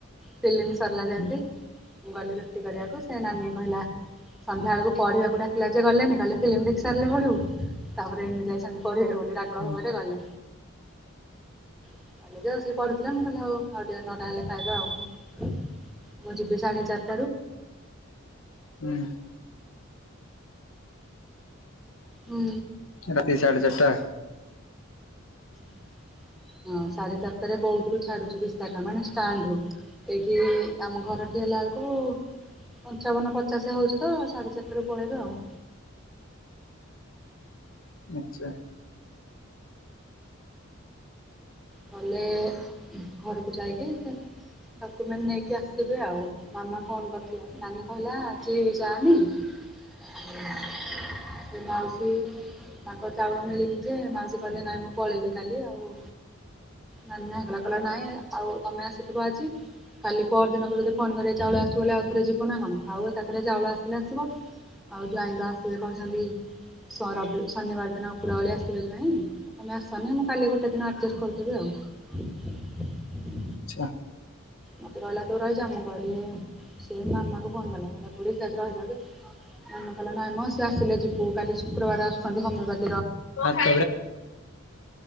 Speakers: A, in the centre; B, on the left (about 80°).
A: ଫିଲ୍ମି ସରିଲା ଯେମତି
B: ହୁଁ
A: ମୁଁ ଗଲି ରୁଟି କରିବାକୁ ସେ ନାନୀ କହିଲା। ସନ୍ଧ୍ୟାଆଳୁକୁ ପଢିବାକୁ ଡାକିଲା ଯେ ଗଲେନି କହିଲେ ଫିଲ୍ମି ଦେଖି ସାରିଲେ ପଢିବୁ ତାପରେ ଏଇନୁ ଯାଇଛନ୍ତି ପ ଢିବେ ବୋଲି ରାଗ
B: ହୁଁ
A: ହବାରେ ଗଲେ। <unintelligible> ଆସିକି ପଢୁଥିଲେ ମୁଁ କହିଲି ଆଉ ଆଉ ଟିକେ ନଅଟା ହେଲେ ଖାଇବା ଆଉ ମୁଁ ମୁଁ ଯିବି ସାଢ଼େ ଚାର୍
B: ହୁଁ।
A: ହୁଁ
B: ରାତି ସାଢେ ଚାରିଟା।
A: <inaudible> ହଁ ସାଢ଼େ ଚାରଟାରେ ବୌଦ୍ଧରୁ ଛାଡୁଚି ବିଶାଖା ମାନେ ଷ୍ଟାଣ୍ଡରୁ ଏଇଠି ଆମ ଘରଠୀ ହେଲା ତାଙ୍କୁ ପଞ୍ଚାବନ ପଚାଶେ ହୋଉଚି ତ ସାଢ଼େ ଚାରିଟାରୁ ପଳେଇବେ ଆଉ। <inaudible>
B: ଆଚ୍ଛା।
A: ଗଲେ ଘରକୁ ଯାଇକି ସେ ଡକୁମେନ୍ ନେଇକି ଆସିବେ ଆଉ ମାମା ଫୋନ୍ କରିଥିଲା ନାନୀ କହିଲା ଆଜି ଯାନି ସେ ମାଉସୀ ତାଙ୍କ ଚାଉଳ ମିଳିନି ଯେ ମାଉସୀ କହିଲେ ନାଇଁ ମୁଁ ପଳେଇବି କାଲି ଆଉ। ନାନୀ ନାହିଁ କଲା କହିଲା ନାଇଁ ଆଉ ତମେ ଆସିଥିବ ଆଜି କାଲି ପର ଦିନକୁ ଯଦି ଫୋନ୍ କରିବେ ଚାଉଳ ଆସିଚି ବୋଲି ଆଉ ଥରେ ଯିବ ନା କଣ ଥାଉ ଏକାଥରେ ଚାଉଳ ଆସିଲେ ଆସିବ। ଆଉ ଜ୍ୟାଇଁ ତ ଆସିବେ କହିଛନ୍ତି ସ ରବି ଶନିବାର ଦିନ ଉପ୍ରଓଳି ଆସିବେ ଜ୍ୟାଇଁ। ତମେ ଆସନି ମୁଁ କାଲି ଗୋଟେ ଦିନ ଆର୍ଜେଷ୍ଟେ କରିଦେବି ଆଉ।
B: <unintelligible>
A: ମତେ କହିଲା ତୁ ରହିଯା ମୁଁ କହିଲି ସିଏ ମାମାକୁ ଫୋନ୍ କଲା କହିଲା ଖୁଡି ସିଏ ଆଜି ରହିଯାଉଯେ ମାମା କହିଲା ନାଇଁ ମ ସିଏ ଆସିଲେ ଯିବୁ କାଲି ଶୁକ୍ରବାରେ ଆସୁଛନ୍ତି ହୋମୀଓ ପା
B: <unintelligible> କଁ